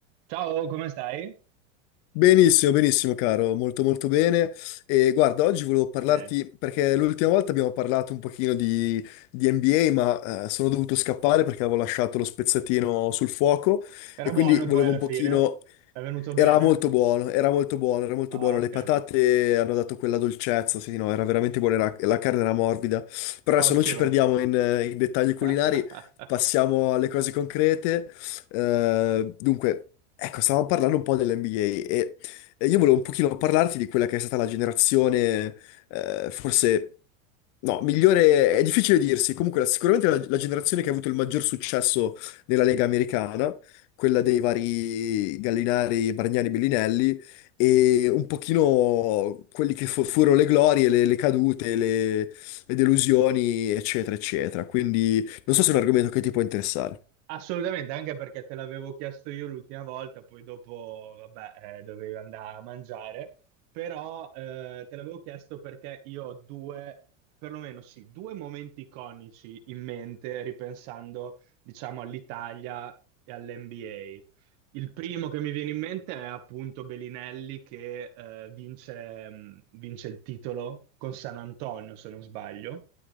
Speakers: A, on the right; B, on the left.
A: Ciao, come stai?
B: Benissimo, benissimo, caro, molto molto bene. E guarda, oggi volevo parlarti
A: Bene.
B: perché l'ultima volta abbiamo parlato un pochino di, di NBA, ma eh, sono dovuto scappare perché avevo lasciato lo spezzatino sul fuoco
A: Era
B: e quindi
A: buono poi
B: volevo
A: alla
B: un pochino
A: fine? È venuto bene?
B: era molto buono, era molto buono, era molto
A: Ah,
B: buono.
A: ok.
B: Le patate hanno dato quella dolcezza, sì, no, era veramente buona, era- la carne era morbida. Però adesso
A: Ottimo.
B: non ci perdiamo in, eh, in dettagli culinari,
A: <laughs>
B: passiamo alle cose concrete. Eh, dunque, ecco, stavamo parlando un po' dell'NBA e e io volevo un pochino parlarti di quella che è stata la generazione, eh, forse... No, migliore è difficile dirsi. Comunque, la- sicuramente la, la generazione che ha avuto il maggior successo nella Lega americana quella dei vari Gallinari, Bargnani, Bellinelli e un pochino quelli che fu- furono le glorie, le, le cadute, le, le delusioni, eccetera, eccetera. Quindi non so se è un argomento che ti può interessare.
A: Assolutamente, anche perché te l'avevo chiesto io l'ultima volta, poi dopo, vabbè, eh, dovevi andare a mangiare, però eh, te l'avevo chiesto perché io ho due, perlomeno sì, due momenti iconici in mente, ripensando, diciamo, all'Italia e all'NBA. Il primo che mi viene in mente è appunto Belinelli che eh, vince, mh, vince il titolo con San Antonio, se non sbaglio.